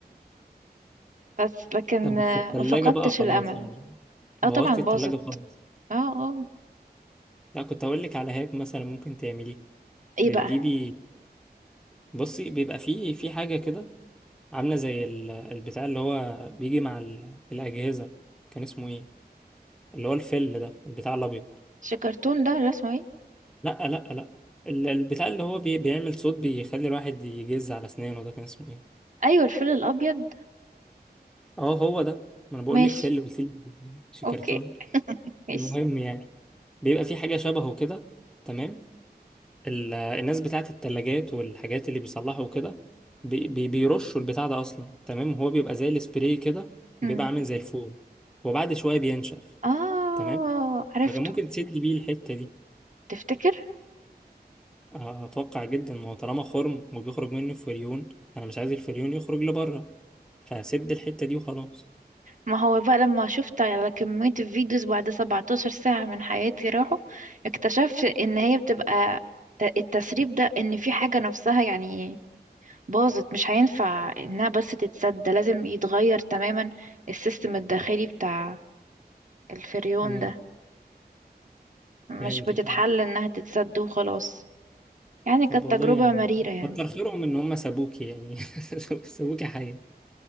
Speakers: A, on the right; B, in the centre.
A: بس لكن
B: طب بس
A: آه،
B: التلاجة
A: ما فقدتش
B: بقى خلاص
A: الامل
B: يعني بوظت
A: اه طبعا باظت
B: التلاجة خالص
A: اه اه
B: لا كنت أقول لك على هاك مثلا ممكن تعمليه
A: ايه
B: بتجيبي
A: بقى
B: بصي بيبقى فيه في حاجة كده عاملة زي ال- البتاع اللي هو بيجي مع ال- الأجهزة كان اسمه إيه اللي هو الفل ده البتاع الأبيض
A: شكرتون ده ولا اسمه ايه
B: لا لا لا ال- البتاع اللي هو بي... بيعمل صوت بيخلي الواحد يجز على أسنانه ده كان اسمه إيه
A: ايوه الفيل الابيض
B: أه هو ده ما أنا بقول
A: ماشي
B: لك فل قلت لي شي
A: اوكي
B: كرتون
A: ماشي
B: المهم يعني بيبقى في حاجة شبهه كده تمام ال- الناس بتاعت التلاجات والحاجات اللي بيصلحوا كده بي بي- بيرشوا البتاع ده اصلا تمام هو بيبقى زي السبراي كده بيبقى
A: امم
B: عامل زي الفوم وبعد شويه بينشف
A: اه
B: تمام
A: عرفته
B: فكان ممكن تسد بيه الحته دي
A: تفتكر
B: آه، اتوقع جدا ما هو طالما خرم وبيخرج منه فريون انا مش عايز الفريون يخرج لبره فسد الحته دي وخلاص
A: ما هو بقى لما شفت على كمية الفيديوز بعد 17 ساعة من حياتي راحوا اكتشفت ان هي بتبقى ت- التسريب ده ان في حاجة نفسها يعني باظت مش هينفع انها بس تتسد ده لازم يتغير تماما السيستم الداخلي بتاع الفريون
B: امم
A: ده مش
B: فهمتك
A: بتتحل
B: اه
A: انها تتسد وخلاص يعني
B: طب
A: كانت
B: والله
A: تجربة
B: يعني
A: مريرة يعني
B: كتر خيرهم ان هم سابوكي يعني <laughs> سابوكي حيه